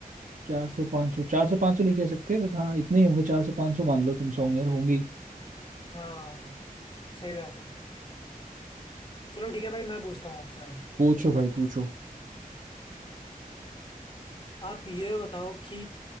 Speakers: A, on the right (about 60°); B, on the left (about 35°).
A: चार सौ पाँच सौ चार सौ पाँच सौ नहीं कह सकते बट हाँ इतने ही होंगे चार सौ पाँच सौ मान लो तुम सौ होंगे यार होंगी
B: हाँ सही बात है चलो ठीक है भाई मैं पूछता हूँ आपसे अब
A: पूछो भाई पूछो
B: आप ये बताओ कि